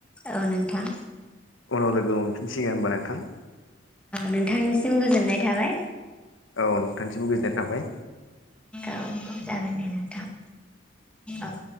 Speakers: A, in the centre; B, on the left (about 75°).
A: औ नोंथां
B: उनाव लोगो मोनफिनसिगोन होनोमबा नोंथां
A: नोंथांनिसिम गोजोननाय थाबाय
B: औ नोंथांसिमबो गोजोननाय थाबाय
A: औ जागोन दे नोंथां औ